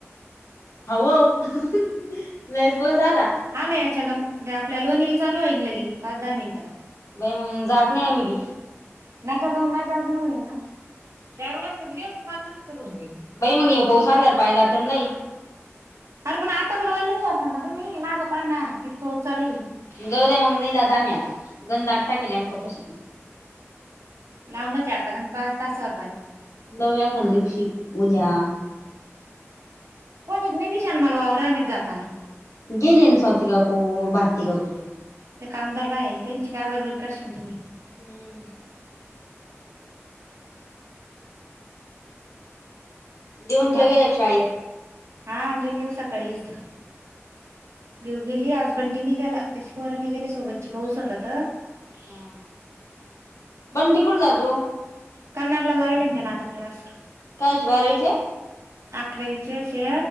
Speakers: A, on the left; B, on the right.
A: हो लय च पाऊस आला...
B: याच्या लो आपल्या लोणी ले चालु‌‌ होईन लगे पाच दहा मिनिटात...
A: बाई मग जात नाही आम्ही बी...
B: नका जाऊन मा जाऊ ना होईन ना... चार वाजता घेऊ पाच वाजत हो जाई...
A: बाई मग ह्यो पाऊस आल्यावर पाय जात्यात लई.
B: अरे पण आता पण ओलच असा ना तुम्ही ना ग पाह ना किती... चालू आहे.
A: जाऊ द्या मग नाही जात आम्ही आता गंध आट्टा केली आम कपशी...
B: लावूनच आता या पाच तासवर..
A: नव्या खं दिवशी उद्या
B: कोणीत नाही दिशान मला वावरा म जाताना..
A: गेन येन साौतिका कू भारतिका कू...
B: ते कामदार बाया आहे त्यांची काय बरोबरी करशन तुम्ही..
A: हम्म देऊन ठेव
B: बा
A: गेले शाळेत...
B: हा गेली हो सकाळीच.. देऊ गेली आजबंटी निगाला त्याची पोर नीघाली सोबतची पाऊस होतात. ह
A: हा
B: <inaudible>
A: बंटी कुठं जातो
B: कनडला लावेल ते न आता क्लास.
A: कायचे बारवीचे.
B: अकरावीचेेचे